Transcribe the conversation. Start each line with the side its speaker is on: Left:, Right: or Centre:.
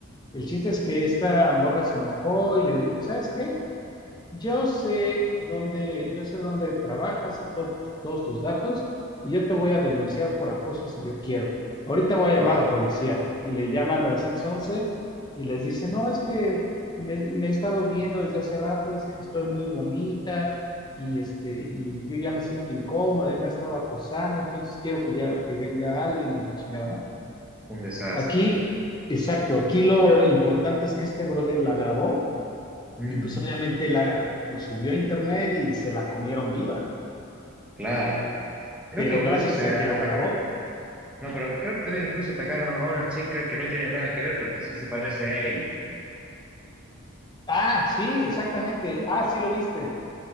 Left: El chiste es que esta morra se enojó y le dijo, ¿sabes qué? yo sé dónde, yo sé dónde trabajas, sé to- todos tus datos y yo te voy a denunciar por acoso si yo quiero. Ahorita voy a llamar
Centre: Buah,
Left: a la policía y le llama al nueve once y les dice, no, es que me, me he estado viendo desde hace rato, dice que estoy muy bonita y, este, y yo ya me siento incómoda y me ha estado acosando, entonces quiero que ya que venga alguien y la chingada, ¿no?
Centre: un desastre.
Left: Aquí, exacto, aquí lo importante es que este brother la grabó
Centre: Mm,
Left: y pues obviamente la, lo subió a internet y se la comieron viva,
Centre: claro. Creo
Left: pero
Centre: que incluso
Left: gracias
Centre: usted
Left: a que
Centre: ataca.
Left: lo grabó.
Centre: No, pero creo que también incluso atacaron a una chica que no tenía nada que ver porque sí se parece a ella.
Left: Ah, sí, exactamente. Ah, sí lo viste.